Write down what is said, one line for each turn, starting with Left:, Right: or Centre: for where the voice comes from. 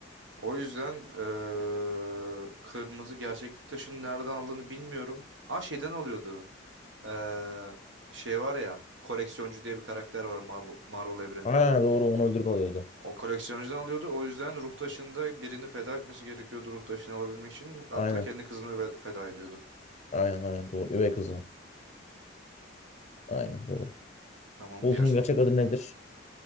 Right: O yüzden eee, kırmızı gerçeklik taşını nereden aldığını bilmiyorum. Aa şeyden alıyordu. Eee, şey var ya koleksiyoncu diye bir karakter var Mal- Marvel evreninde.
Left: Aa
Right: kole-
Left: doğru onu öldürüp alıyordu.
Right: O koleksiyoncudan alıyordu. O yüzden ruh taşında birini feda etmesi gerekiyordu ruh taşını alabilmek için. Hatta
Left: Aynen.
Right: kendi kızını ve- feda ediyordu.
Left: Aynen aynen doğru. Üvey kızını. Aynen doğru.
Right: Tamam
Left: Bulut'un
Right: diğer son.
Left: gerçek adı nedir?